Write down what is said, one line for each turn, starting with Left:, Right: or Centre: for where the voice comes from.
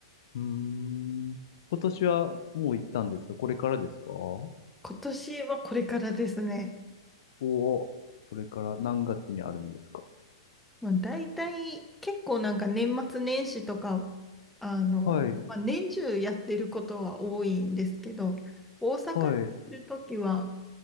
Left: うーん。今年はもう行ったんですかこれからですかお
Centre: 今年はこれからですね。
Left: お、これから何月にあるんですか
Centre: まあ、大体、結構なんか年末年始とか、あの、
Left: はい、
Centre: まあ、年中やってることは多いんですけど、大阪にいるときは、
Left: はい。う